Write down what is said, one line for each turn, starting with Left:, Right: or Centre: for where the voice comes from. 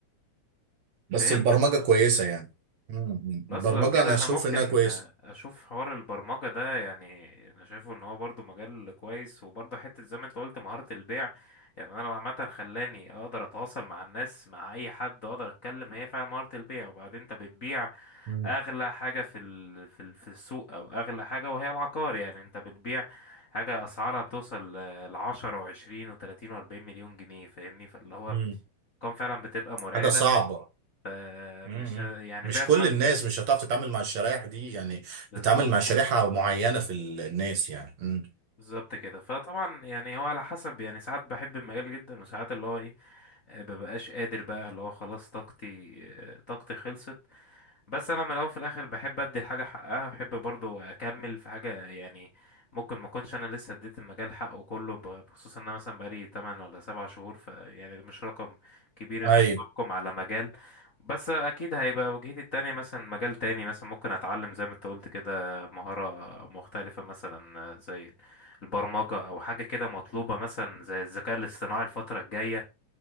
Right: بس
Left: فهمتك
Right: البرمجه
Left: عامة
Right: كويسه يعني مم. مم.
Left: خلاص
Right: البرمجه
Left: لو كده
Right: انا
Left: انا
Right: اشوف
Left: ممكن
Right: انها كويسه
Left: اشوف حوار البرمجة ده يعني انا شايفه ان هو برضو مجال كويس وبرضو حتة زي ما انت قلت مهارة البيع يعني انا عامة خلاني اقدر اتواصل مع الناس مع اي حد واقدر اتكلم هي فعلا مهارة البيع وبعدين انت بتبيع
Right: مم.
Left: اغلى حاجة في ال... في ال... في السوق او اغلى حاجة وهي العقار يعني انت بتبيع حاجة اسعارها بتوصل ل- لعشرة وعشرين وتلاتين واربعين مليون جنيه فاهمني فاللي هو
Right: مم.
Left: كان فعلا بتبقى مرعبة
Right: حاجه صعبه
Left: فمش
Right: مم.
Left: ه- يعني
Right: مش
Left: بعت
Right: كل
Left: مثلا
Right: الناس مش هتعرف تتعامل مع الشرايح دي يعني
Left: بالظبط
Right: بتتعامل مع شريحه معينه في الناس يعني مم.
Left: بالظبط كده فطبعا يعني هو على حسب يعني ساعات بحب المجال جدا وساعات اللي هو ايه آه، مببقاش قادر بقى اللي هو خلاص طاقتي آه، طاقتي خلصت بس انا من الاول في الاخر بحب ادي الحاجه حقها بحب برضو اكمل في حاجه يعني ممكن ما اكونش انا لسه اديت المجال حقه كله ب- بخصوص ان انا مثلا بقالي 8 ولا 7 شهور ف يعني ده مش رقم كبير
Right: ايوه
Left: انك تحكم على مجال بس اكيد هيبقى وجهتي التانية مثلا مجال تاني مثلا ممكن اتعلم زي ما انت قلت كده مهارة مختلفة مثلا آه، زي البرمجة او حاجة كده مطلوبة مثلا زي الذكاء الاصطناعي الفترة الجاية